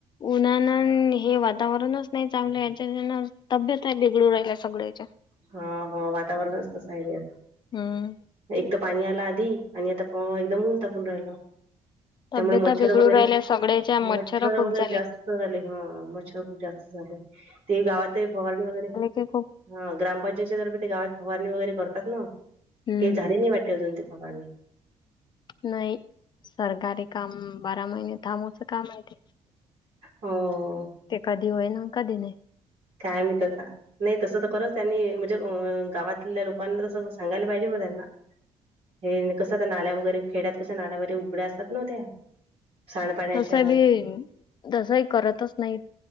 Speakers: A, on the left; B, on the right.
A: उन्हानान हे वातावरणच नाही चांगलं, हेच्याचन तब्येत आहे बिघडू राहिला सगळ्याच्या
B: हा हा वातावरणचतस आहे आता
A: हम्म,
B: एक तर पाणी आला आधी आणि आता एकदम ऊन तापून राहिलं, <inaudible> त्यामुळे
A: तब्यता
B: मच्छर
A: बिघडू
B: वगैरे,
A: राहिल्या सगळ्याच्या
B: <inaudible> मच्छर
A: खूप
B: वगैरे
A: झाले
B: जास्त झाले हा मच्छर खूप जास्त झाले. ते गावात आहे भवारडी वगैरे
A: ते खूप
B: हा ग्रामपंचायतच्या तर्फे ते गावात फवारणी वगैरे करतात ना,
A: हम्म
B: ते झाडे नाही वाटते अजून ती फवारणी
A: नाही, सरकारी काम बारा महिने थांबुचं काम आहे ते
B: हो.
A: ते कधी होय ना, कधी नाही.
B: काय माहित आता. नाही तस खरंच त्यांनी म्हणजे गावातल्या लोकांना तस सांगायला पाहिजे ब त्यांना. हे कसं तर नाल्या वगैरे खेड्यात कस नाल्या वगैरे उघड्या असतात ना त्या. सांडपाण्याच्या
A: तस बी, तसंही करतच नाही.